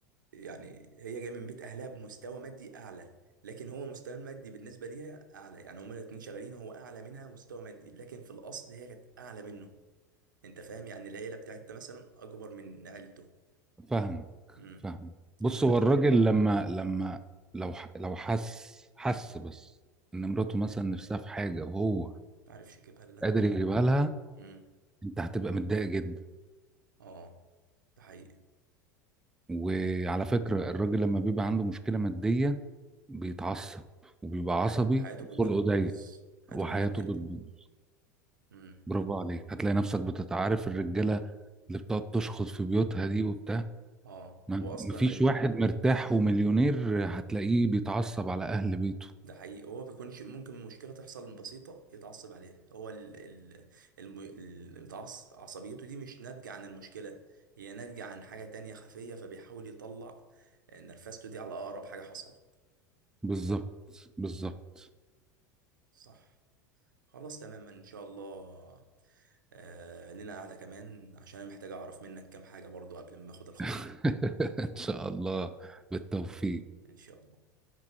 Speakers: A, on the right (about 80°); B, in the centre.
A: يعني هي جايه من بيت اهلها بمستوى مادي اعلى لكن هو مستوى المادي بالنسبه ليها اعلى يعني هما الاتنين شغالين هو اعلى منها مستوى مادي لكن في الاصل هي كانت اعلى منه انت فاهم يعني العيله بتاعتها مثلا اكبر من عيلته
B: فاهمك
A: امم
B: فاهمك بص
A: النقطه
B: هو الراجل
A: دي
B: لما لما لو ح- لو حس حس بس ان مراته مثلا نفسها في حاجه وهو
A: معرفش اجيبها لا
B: قادر يجيبها لها
A: امم
B: انت هتبقى متضايق جدا
A: اه ده حقيقي
B: وعلى فكره الراجل لما بيبقى عنده مشكله ماديه بيتعصب وبيبقى
A: وحياته
B: عصبي
A: وحياته
B: وخلقه
A: كلها بتبوظ
B: ضيق
A: حياته
B: وحياته
A: كلها بتقلب
B: بتبوظ
A: امم
B: برافو عليك هتلاقي نفسك بتتعارف الرجاله اللي بتقعد تشخص في بيوتها دي وبتاع
A: اه
B: ما-
A: هو اصلا
B: مفيش واحد مرتاح ومليونير هتلاقيه بيتعصب على اهل بيته
A: ده حقيقي هو بيكونش ممكن مشكلة تحصل بسيطة يتعصب عليها هو ال ال الم- ال- متعص- عصبيته دي مش ناتجة عن المشكلة هي ناتجة عن حاجة تانية خفية فبيحاول يطلع آه، نرفزته دي على أقرب حاجة حصلت
B: بالظبط بالظبط
A: مم. صح خلاص تماما إن شاء الله آه لنا قعدة كمان عشان أنا محتاج أعرف منك كام حاجة برضو قبل ما أخد الخطوة
B: <laughs>
A: دي
B: ان شاء الله بالتوفيق
A: إن شاء الله